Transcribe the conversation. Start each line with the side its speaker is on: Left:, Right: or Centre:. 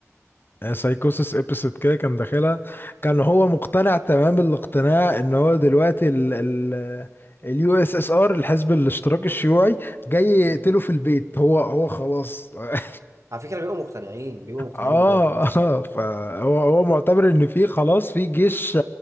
Left: سايكوسس ابيسود كده كان داخلها كان هو مقتنع تمام الاقتناع ان هو دلوقتي ال ال اليو اس اس ار الحزب الاشتراكي الشيوعي جاي يقتله
Right: مم.
Left: في البيت هو هو خلاص آه،
Right: على فكرة بيبقوا مقتنعين بيبقوا مقتنعين
Left: اه
Right: بجد
Left: اه فهو هو معتبر ان في خلاص في جيش